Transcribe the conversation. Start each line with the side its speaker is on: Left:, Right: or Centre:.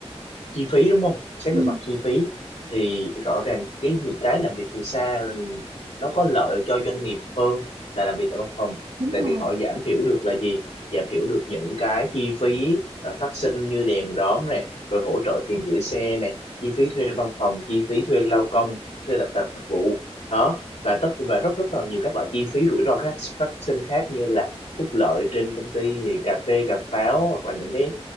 Left: chi phí đúng không xét
Right: ừ
Left: về mặt chi phí thì rõ ràng cái những cái làm việc từ xa nó có lợi cho doanh nghiệp hơn là làm việc tại văn phòng
Right: đúng
Left: tại
Right: rồi
Left: vì họ giảm thiểu được là gì giảm thiểu được những cái chi phí ờ, phát sinh như đèn đóm này rồi hỗ trợ tiền gửi xe này chi phí thuê văn phòng chi phí thuê lao công thuê đặt tạp vụ đó và tất và rất rất là nhiều các loại chi phí rủi ro khác phát sinh khác như là phúc lợi trên công ty thì cà phê cà pháo hoặc là những cái